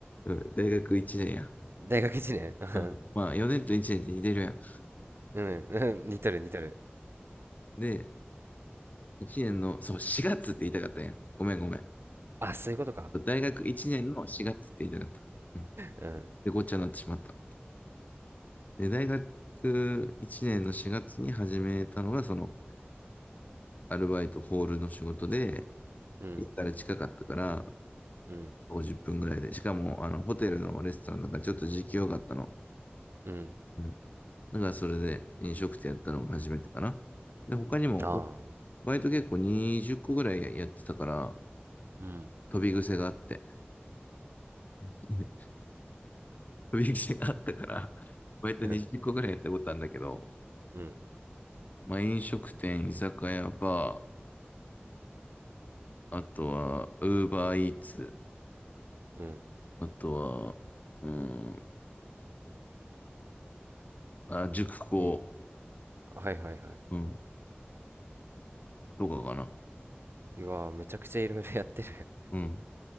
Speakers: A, on the left; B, on the right.
A: うん、大学1年や。
B: 大学1年 <laughs>
A: うん。まあ、4年と1年って似てるやん。
B: うん、うん、似てる似てる。
A: で、1年の、そう、4月って言いたかったんや。ごめんごめん。
B: あ、そういうことか。
A: 大学1年の4月って言いたかった。うん。
B: うん、
A: で、ごっちゃになってしまった。で、大学1年の4月に始めたのが、その、アルバイトホールの仕事で、
B: うん、
A: 家から近かったから、
B: うん、
A: 50分ぐらいで。しかも、あの、ホテルのレストランだからちょっと時給良かったの。
B: うん。
A: うん。だからそれで飲食店やったのが初めてかな。で、他にも、
B: ああ、
A: バイト結構20個ぐらいやってたから、
B: うん、
A: 飛び癖があって。<laughs> 飛び癖があったから、バイト20個ぐらいやったことあるんだけど、
B: うん、うん、
A: まあ飲食店、居酒屋、バー、あとは、ウーバーイーツ、
B: うん。
A: あとは、うん、あ、塾講、
B: い、はいはいはい。
A: うん、とかかな。
B: うわー、めちゃくちゃいろいろやってる。
A: うん、